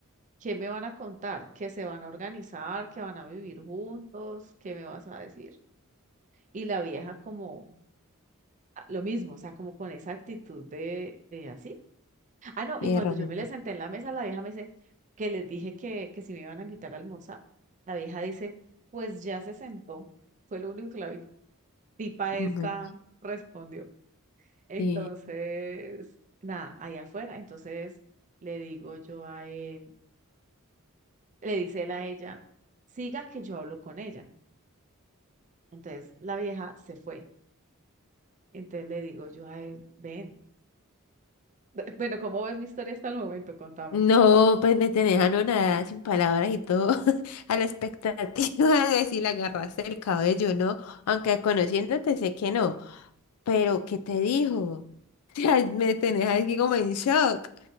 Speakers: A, on the right; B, on the left.
A: qué me van a contar, que se van a organizar, que van a vivir juntos, qué me vas a decir. Y la vieja como ah, lo mismo, o sea, como con esa actitud de, de así. Ah, no, y cuando
B: Eh, romántico.
A: yo me le senté en la mesa, la vieja me dice que les dije que, que si me iban a invitar a almorzar, la vieja dice, pues ya se sentó, fue lo único que la vi- tipa
B: Ujú,
A: esta respondió. Entonces,
B: sí.
A: nada, allá afuera. Entonces le digo yo a él, le dice él a ella, siga que yo hablo con ella. Entonces la vieja se fue. Entonces le digo yo a él, ven. <laughs> Bueno, ¿cómo ves mi historia hasta el momento? Contame.
B: No, pues me tenés anonadada sin palabras y todo, <laughs> a la expectativa de si le agarraste el cabello, ¿no? Aunque conociéndote sé que no, pero ¿qué te dijo? <laughs> O sea, me tenés aquí como en shock.